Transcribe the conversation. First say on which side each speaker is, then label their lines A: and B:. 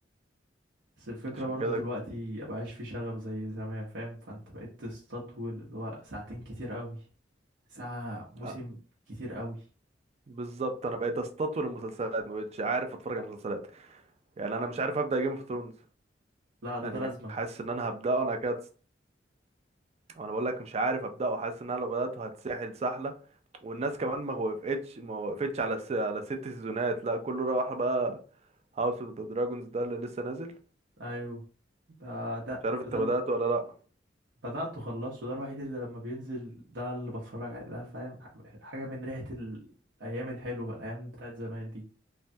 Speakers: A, on the right; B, on the right.
A: بس الفكرة
B: عشان
A: برضو
B: كده
A: دلوقتي
B: كنت
A: مبقاش في شغف زي زمان فاهم فانت بقيت تستطول اللي هو ساعتين كتير أوي ساعة موسم
B: آه.
A: كتير أوي
B: بالظبط انا بقيت استطول المسلسلات ما بقتش عارف اتفرج على مسلسلات يعني انا مش عارف ابدا جيم اوف ثرونز
A: لا ده
B: يعني
A: ده لازما
B: حاسس ان انا هبداه انا كده انا بقول لك مش عارف ابداه حاسس ان انا لو بداته هتسحل سحله والناس كمان ما وقفتش ما وقفتش على س... على ست سيزونات لا كله راح بقى هاوس اوف ذا دراجونز ده اللي لسه نازل
A: أيوه ده ده
B: مش عارف
A: ده,
B: انت
A: ده
B: بدأته ولا لا
A: بدأت وخلصته ده الوحيد اللي لما بينزل ده اللي بتفرج عليه ده فاهم حاجة من ريحة ال- الأيام الحلوة الأيام بتاعت زمان دي